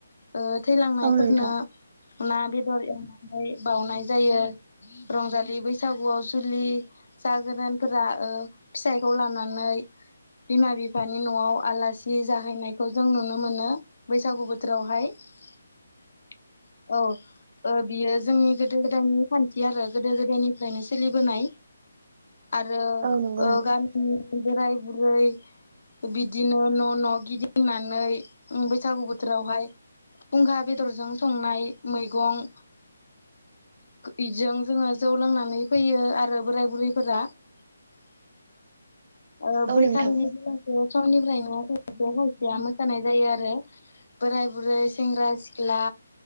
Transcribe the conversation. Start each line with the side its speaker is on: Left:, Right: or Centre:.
Left: ओ थैलांनायफोरनो
Right: औ नोंथां
Left: ना बेदर एवनानै बावनाय जायो। रंजालि बैसागुआव जुलि जागोदानफोरा फिथाइखौ लानानै। बिमा बिफानि न'आव आलासि जाहैनायखौ जों नुनो मोनो बैसागु बोथोराव बोरावहाय औ। बियो जोंनि गोदो-गोदायनि खान्थि आरो गोदो-गोदायनिफ्रायनो सोलिबोनाय आरो
Right: औ नंगौ
Left: ओ
Right: नोंथां
Left: गाम बोराय बुरै बिदिनो न' न' गिदिंनानै बैसागु बोथोर बोथोरावहाय फुंखा बेदरजों संनाय मैगं इदजों जोङो जौ लोंनानै फैयो आरो बोराय बुरैफोरा <inaudible> ओ
Right: औ
Left: बैखालिनिफ्रायनो
Right: नोंथां
Left: बेलासो समनिफ्रायनो हायसेया मोसानाय जायो आरो बोराय बुरै सेंग्रा-सिख्ला